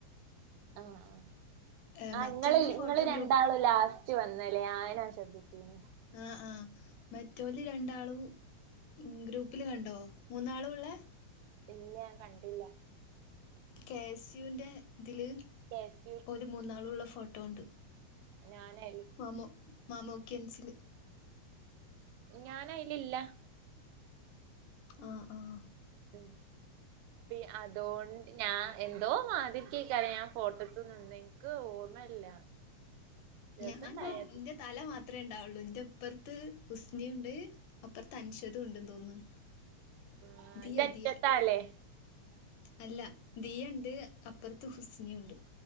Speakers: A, on the right; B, on the left.
A: ആഹ് ആഹ്
B: ഏഹ്
A: ആ
B: മറ്റോലെ
A: ഇങ്ങള്
B: ഫോട്ടോ
A: ഇങ്ങള്
B: ഗ്രൂപ്പ്
A: രണ്ടാളും ലാസ്- വന്നുലെ ആ അത് നാൻ ശ്രദ്ധിച്ചീന്
B: ആഹ് ആഹ് മറ്റോല് രണ്ടാളും ഉം ഗ്രൂപ്പിൽ കണ്ടോ മൂന്നാളൂള്ളെ
A: ഇല്ല ഞാൻ കണ്ടില്ല
B: കെ എസ് യു ൻ്റെ ഇതില്
A: കെ എസ്
B: ഓര് മൂന്നാളൂള്ള ഫോട്ടോ ഉണ്ട്
A: ഞാനെ
B: മാമോ മാമോക്കെൻസ്
A: ഞാനയിലില്ല
B: ആഹ് ആഹ്
A: ഉം ഇപ്പതോണ്ട് ഞാൻ എന്തോ മാതിരിക്കെക്കാരം ഞാൻ ഫോട്ടത്ത് നിന്നെയിഞ്ഞാൽ ക്ക് ഓർമ്മല്ല
B: <inaudible>
A: രസണ്ടായത്
B: ഞാൻ എന്റെ തല മാത്രമേ ഉണ്ടാവുള്ളു എന്റെപ്പുറത്ത് ഹുസ്നിയുണ്ട് അപ്പുറത്ത് അൻഷദ് ഉണ്ട് തോന്നുന്നു.
A: ആഹ്
B: ദിയ
A: ഇജ്ജ്
B: ദിയ
A: ഒറ്റയ്ക്കാല്ലേ.
B: അല്ല ദിയണ്ട് അപ്പുറത്ത് ഹുസ്നിയുണ്ട്